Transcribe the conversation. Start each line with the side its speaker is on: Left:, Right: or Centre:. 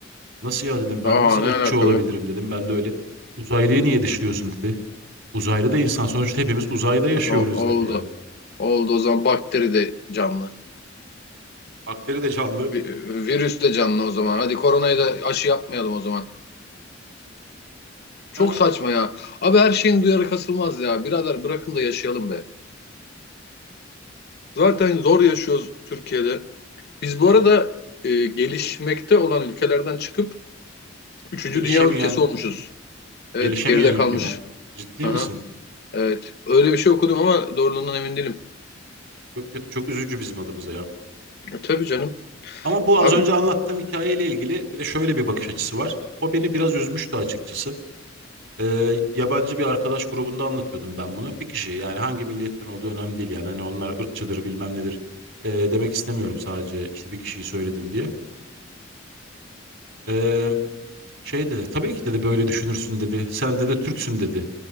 Right: Nasıl ya dedim ben
Left: Aa
Right: nasıl
Left: ne
Right: ırkçı
Left: alaka
Right: olabilirim
Left: be?
Right: dedim. Ben de öyle uzaylıyı niye dışlıyorsun dedi. Uzaylı da insan sonuçta hepimiz uzayda yaşıyoruz
Left: O- oldu.
Right: dedi yani.
Left: Oldu o zaman bakteri de canlı.
Right: Bakteri de canlı.
Left: Vi- Virüs de canlı o zaman. Hadi koronayı da aşı yapmayalım o zaman. Çok
Right: Yani
Left: saçma ya. Abi her şeyin duyarı kasılmaz ya. Birader bırakın da yaşayalım be. Zaten zor yaşıyoruz Türkiye'de. Biz bu arada e, gelişmekte olan ülkelerden çıkıp üçüncü
Right: Gelişemeyen,
Left: dünya ülkesi olmuşuz. Evet
Right: gelişemeyen
Left: geride
Right: ülke
Left: kalmış.
Right: mi? o? Ciddi
Left: Aha,
Right: misin?
Left: evet. Öyle bir şey okudum ama doğruluğundan emin değilim.
Right: Çok kötü, çok üzücü bizim adımıza ya.
Left: E, tabii canım.
Right: Ama bu
Left: Abi
Right: az önce anlattığım hikayeyle ilgili bir de şöyle bir bakış açısı var. O beni biraz üzmüştü açıkçası. Ee, yabancı bir arkadaş grubunda anlatıyordum ben bunu. Bir kişi yani hangi milletten olduğu önemli değil yani hani onlar ırkçıdır bilmem nedir. Ee, demek istemiyorum sadece işte bir kişiyi söyledim diye. Ee, Şey dedi, tabii ki dedi böyle düşünürsün dedi. Sen dedi Türksün dedi.